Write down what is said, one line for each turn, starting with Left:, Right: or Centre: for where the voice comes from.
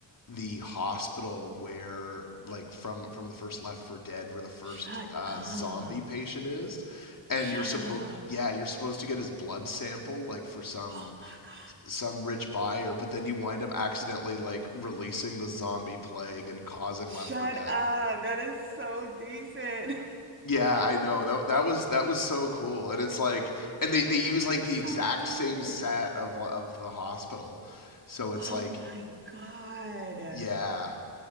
Left: the hospital where like from from the first Left 4 Dead where the first
Right: Shut
Left: uh
Right: up.
Left: zombie patient is and
Right: Shut
Left: you're supposed
Right: up.
Left: yeah, you're supposed to get his blood sample like for some
Right: Oh my God.
Left: some rich buyer, but then you wind up accidentally like releasing the zombie plague and causing
Right: Shut
Left: Left for Dead.
Right: up. That is so decent. <laughs>
Left: Yeah, I know. That that was that was so cool. And it's like and they they use
Right: Oh,
Left: like
Right: that's
Left: the
Right: so
Left: exact
Right: dope.
Left: same set of of the hospital. So it's
Right: Oh
Left: like
Right: my God.
Left: yeah.